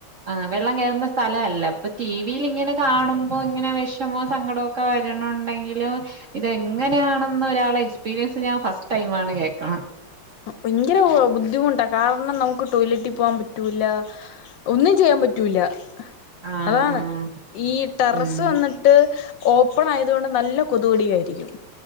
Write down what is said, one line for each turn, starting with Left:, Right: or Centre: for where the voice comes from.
Right: ആ് വെള്ളം കയറുന്ന സ്ഥലംഅല്ല അപ്പൊ ടി വിയിൽ ഇങ്ങനെ കാണുമ്പോ ഇങ്ങനെ വിഷമോ സങ്കടമ ഒക്കെ വരണണ്ടെങ്കിലും ഇത എങ്ങനെയാണെന്ന് ഒരാളെ എക്സ്പീരിയൻസ് ഞാൻ ഫസ്റ്റ് ടൈമാണ് കേൾക്കണത്
Left: ഭയങ്കര ബുദ്ധിമുട്ടാ കാരണം നമുക്ക് ടോയ്ലറ്റിൽ പോവാൻ പറ്റൂല ഒന്നും ചെയ്യാൻ പറ്റൂല്ല
Right: ആഹ്
Left: അതാണ്
Right: ആഹ്
Left: ഈ ടെറസ്
Right: ഉം
Left: വന്നിട്ട് ഓപ്പൺ ആയത് കൊണ്ട് നല്ല കൊതുകടിയായിരിക്കും